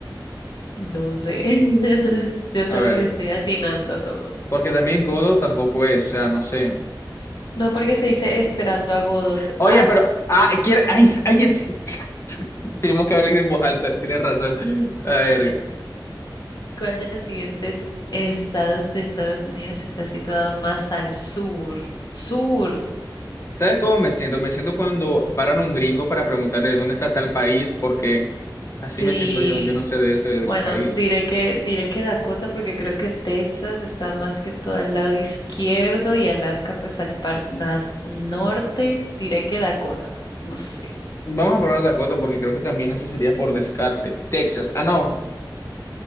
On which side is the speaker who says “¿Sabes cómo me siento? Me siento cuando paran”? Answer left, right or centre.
Left